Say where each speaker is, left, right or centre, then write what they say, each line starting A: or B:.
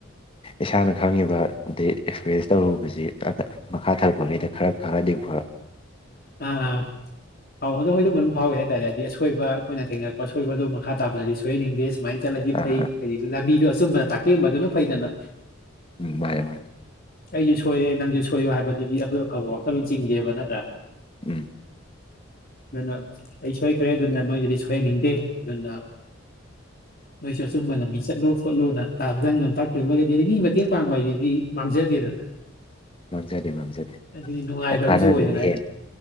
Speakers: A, on the left; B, on the left.
A: ꯏꯁꯥꯅ ꯈꯪꯉꯤꯕꯗꯤ ꯑꯦꯛꯁꯄꯔ꯭ꯌꯦꯟꯁ ꯇꯧꯔꯨꯕꯁꯤ ꯃꯈꯥ ꯊꯥꯔꯛꯄꯉꯩ ꯈꯔ ꯈꯪꯉꯗꯤ ꯐ
B: ꯑꯥ ꯑꯥ ꯑꯥꯎ ꯑꯗꯣ <unintelligible> ꯐꯥꯎꯋꯤ ꯍꯥꯏꯇꯥꯔꯦ ꯍꯥꯏꯗꯤ ꯑꯁꯣꯏꯕ ꯑꯈꯣꯏꯅ ꯊꯦꯡꯅꯔꯛ ꯑꯁꯣꯏꯕꯗꯣ ꯃꯈꯥ ꯇꯥꯕꯗꯗꯤ ꯁꯣꯏꯍꯟꯅꯤꯡꯗꯦ ꯁꯨꯃꯥꯏꯅ ꯆꯠꯂꯒꯤ
A: ꯑꯥ
B: ꯐꯩ <unintelligible> ꯂꯝꯕꯤꯗꯣ ꯑꯆꯨꯝꯕꯗ ꯇꯥꯛꯄꯤꯔꯝꯕꯗꯨꯅ ꯐꯩꯗꯅ
A: ꯎꯝ ꯃꯥꯅꯦ ꯃꯥꯅꯦ
B: ꯑꯩꯖꯨ ꯁꯣꯏꯔꯦ ꯅꯪꯖꯨ ꯁꯣꯏꯌꯣ ꯍꯥꯏꯕꯗꯨꯗꯤ ꯑꯩꯈꯣꯏ ꯑꯐꯕ ꯋꯥꯈꯜꯂꯣꯟ ꯆꯤꯡꯗꯦꯕ ꯅꯠꯇ꯭ꯔꯥ
A: ꯎꯝ
B: ꯑꯗꯨꯅ ꯑꯩ ꯁꯣꯏꯈ꯭ꯔꯦ ꯑꯗꯨꯅ ꯅꯣꯏꯗꯗꯤ ꯁꯣꯏꯍꯟꯅꯤꯡꯗꯦ ꯑꯗꯨꯅ
A: <inaudible>
B: ꯅꯣꯏꯁꯨ ꯑꯆꯨꯝꯕ ꯂꯝꯕꯤ ꯆꯠꯂꯨ ꯈꯣꯠꯂꯨꯅ <unintelligible> ꯃꯤ ꯃꯇꯦꯡ ꯄꯥꯡꯕ ꯍꯥꯏꯖꯤꯗꯤ ꯃꯥꯡꯖꯗꯦꯗꯅ
A: ꯃꯥꯡꯖꯗꯦ ꯃꯥꯡꯖꯗꯦ
B: ꯑꯗꯨꯗꯤ ꯅꯨꯡꯉꯥꯏꯕ
A: ꯀꯥꯟꯅꯗꯨꯏꯅꯤ
B: ꯑꯃꯁꯨ ꯑꯣꯏꯗꯅ ꯍꯥꯏꯗꯤ
A: ꯍꯦꯟꯅ